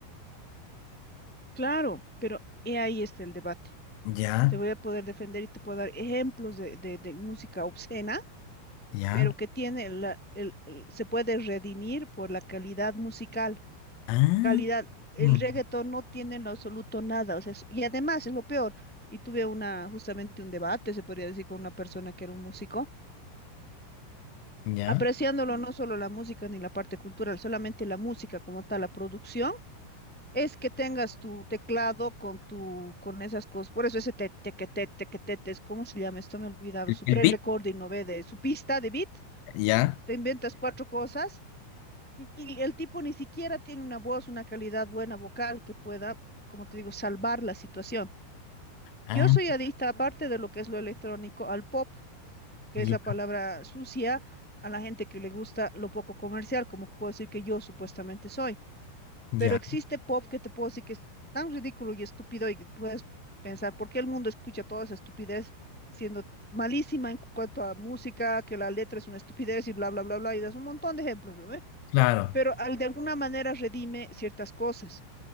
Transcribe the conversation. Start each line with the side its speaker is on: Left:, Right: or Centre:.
Centre: Claro, pero he ahí está el debate.
Left: Ya,
Centre: Te voy a poder defender y te puedo dar ejemplos de, de- de música obscena,
Left: ya.
Centre: pero que tiene la- el- el- se puede redimir por la calidad musical.
Left: Ah,
Centre: calidad. El
Left: mm,
Centre: reggaetón no tiene en lo absoluto nada, o sea, es- y además es lo peor. Y tuve una, justamente un debate, se podría decir, con una persona que era un músico,
Left: ya.
Centre: apreciándolo no solo la música ni la parte cultural, solamente la música como tal, la producción, es que tengas tu teclado con tu, con esas cosas, por eso ese te, tequete, tequetete, es- ¿cómo se llama esto? Me he olvidado,
Left: El,
Centre: su
Left: el
Centre: pre-recording,
Left: beat.
Centre: ¿no ve? De su pista de beat,
Left: Ya.
Centre: te inventas cuatro cosas Y, y el tipo ni siquiera tiene una voz, una calidad buena vocal que pueda, como te digo, salvar la situación.
Left: Ah,
Centre: Yo soy adicta, aparte de lo que es lo electrónico, al pop, que
Left: ya,
Centre: es la palabra sucia a la gente que le gusta lo poco comercial, como puedo decir que yo supuestamente soy.
Left: ya.
Centre: Pero existe pop que te puedo decir que es tan ridículo y estúpido y puedes pensar, ¿por qué el mundo escucha toda esa estupidez siendo malísima en cuanto a música, que la letra es una estupidez y bla, bla, bla, bla? Y das un montón de ejemplos, ¿no?
Left: Claro,
Centre: pero al de alguna manera redime ciertas cosas,